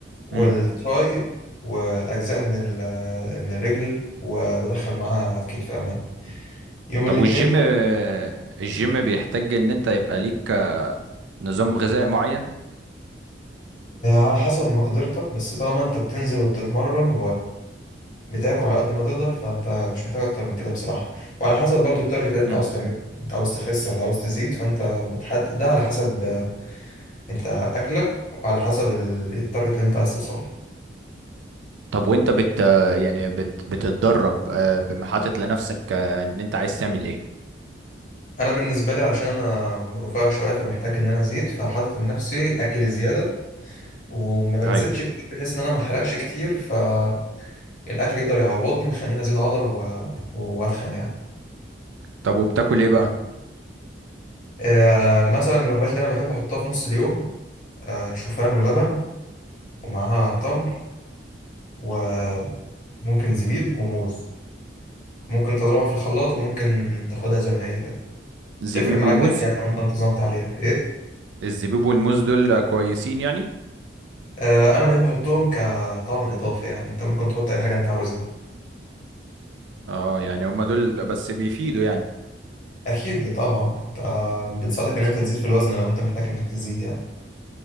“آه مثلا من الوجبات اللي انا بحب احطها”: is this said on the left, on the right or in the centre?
Left